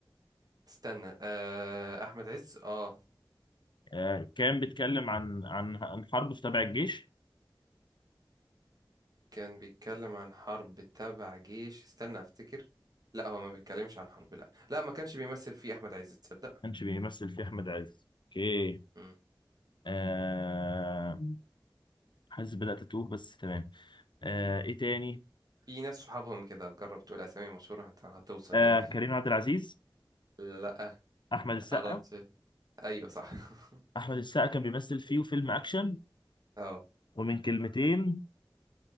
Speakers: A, on the right; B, on the left.
A: استنى آه احمد عز اه
B: آه، كان بيتكلم عن عن عن حرب في تبع الجيش
A: كان بيتكلم عن حرب تبع جيش استنى افتكر لا هو ما بيتكلمش عن حرب لا لا ما كانش بيمثل فيه احمد عز تصدق
B: ما كانش بيمثل فيه احمد عز اوكي
A: مم.
B: آه حاسس بدأت اتوه بس تمام آه ايه تاني
A: في ناس صحابهم كده جرب تقول اسامي مشهورة هت- هتوصل
B: آه
A: يعني
B: كريم عبد العزيز
A: <laughs> لا
B: احمد السقا
A: قربت ايوه صح <laughs>
B: احمد السقا كان بيمثل فيه فيلم اكشن
A: اه
B: ومن كلمتين